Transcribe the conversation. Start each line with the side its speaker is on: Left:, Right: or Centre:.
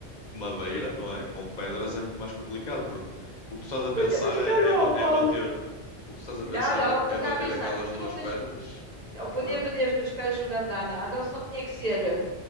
Left: madeira, não é? Com pedras é muito mais complicado, porque o que tu estás a pensar
Right: Mas, então- mas então
Left: é, é,
Right: não é
Left: ba-
Right: o pau.
Left: é bater.
Right: de-
Left: O que tu estás
Right: Não,
Left: a pensar
Right: não.
Left: é, é
Right: Eu estava
Left: bater
Right: a pensar,
Left: aquelas
Right: tu
Left: duas
Right: não me
Left: pedras,
Right: deixas... eu podia
Left: não
Right: bater
Left: é?
Right: as duas pedras que não deve dar nada, ou só tinha que ser.